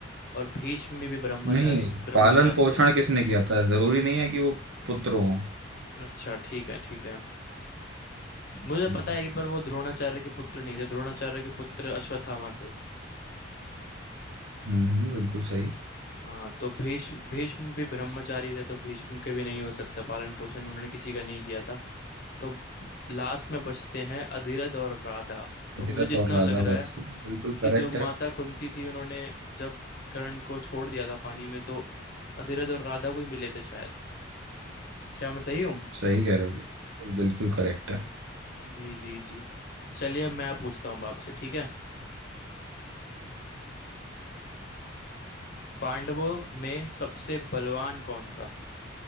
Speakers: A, on the left; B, on the right.
A: और भीष्म भी, भी ब्रह्मचारी
B: नहीं
A: ब्रह्मचारी
B: पालन पोषण
A: थे
B: किसने किया था जरूरी नहीं है कि वो पुत्र हो
A: अच्छा ठीक है ठीक है मुझे
B: हम्म
A: पता है पर वो द्रोणाचार्य के पुत्र नहीं थे द्रोणाचार्य के पुत्र अश्वत्थामा थे
B: हम्म, बिल्कुल सही
A: हाँ तो भीष्म भीष्म भी ब्रह्मचारी थे तो भीष्म के भी नहीं हो सकता पालन पोषण उन्होंने किसी का नहीं किया था तो लास्ट में बचते हैं अधिरथ और राधा तो
B: अधिरथ
A: मुझे जितना
B: और राधा
A: लग रहा
B: बस
A: है
B: बिल्कुल
A: कि
B: करेक्ट
A: जो माता
B: है
A: कुंती थी उन्होंने जब कर्ण को छोड़ दिया था पानी में तो अधिरथ और राधा को ही मिले थे शायद क्या मैं सही हूँ
B: सही कह रहे हो बिल्कुल बिल्कुल करेक्ट है
A: जी जी जी चलिए अब मैं पूछता हूँ आपसे ठीक है पांडवों में सबसे बलवान कौन था